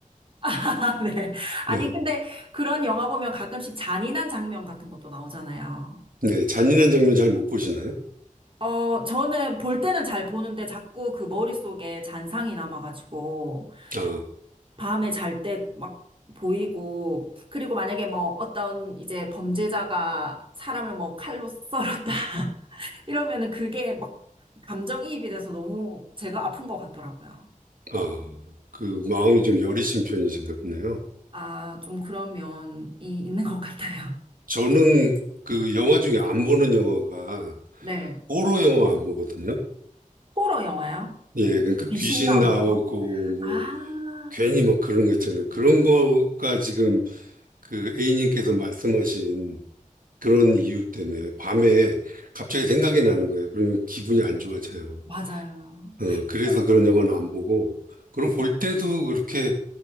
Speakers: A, on the right (about 40°); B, on the right (about 85°).
A: 아, 네. 아니,
B: 네,
A: 근데 그런 영화 보면 가끔씩 잔인한 장면 같은 것도 나오잖아요.
B: 네, 잔인한 장면 잘 못 보시나요?
A: 어, 저는 볼 때는 잘 보는데 자꾸 그 머릿속에 잔상이 남아가지고
B: 아,
A: 밤에 잘 때 막 보이고, 그리고 만약에 뭐 어떤 이제 범죄자가 사람을 뭐 칼로 썰었다. <laughs> 이러면은 그게 막 감정이입이 돼서 너무 제가 아픈 것 같더라고요.
B: 아, 그 마음이 좀 여리신 편이신가 보네요.
A: 아, 좀 그런 면이 있는 것 같아요.
B: 저는 그 영화 중에 안 보는 영화가
A: 네.
B: 호러 영화 안 보거든요.
A: 호러 영화요?
B: 예, 그러니까
A: 귀신
B: 귀신
A: 나오는
B: 나오고
A: 거?
B: 뭐
A: 아,
B: 괜히 막 그런 거 있잖아요. 그런 거가 지금 그 A님께서 말씀하신 그런 이유 때문에 밤에 갑자기 생각이 나는 거예요. 그러면 기분이 안 좋아져요.
A: 맞아요.
B: 어, 그래서
A: 혹-
B: 그런 영화는 안 보고 그리고 볼 때도 그렇게